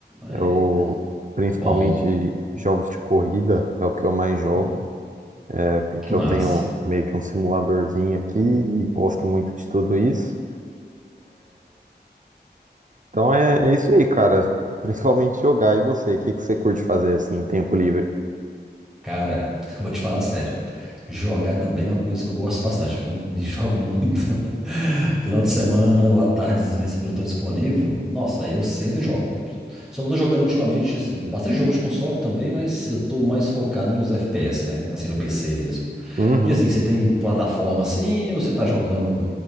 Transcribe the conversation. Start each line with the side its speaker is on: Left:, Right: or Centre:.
Right: eu
Centre: É,
Right: principalmente
Centre: bom,
Right: jogos de corrida é o que eu mais jogo,
Centre: bom,
Right: é porque
Centre: que massa.
Right: eu tenho meio que um simuladorzinho aqui e gosto muito de tudo isso. Então é, é isso aí, cara. Principalmente jogar. E você? O que que você curte fazer assim, em tempo livre?
Centre: Cara, <laughs> eu vou te falar sério. Jogar também é uma coisa que eu gosto bastante, viu? <laughs> E jogo muito. <laughs> Final de semana ou à tardezinha, assim, quando eu tô disponível. Nossa, aí eu sento e jogo. Só que eu tô jogando ultimamente, assim, bastante jogo de console também, mas eu tô mais focado nos FPS, né? Assim, no PC mesmo.
Right: Uhum.
Centre: E assim, você tem plataforma assim, ou você tá jogando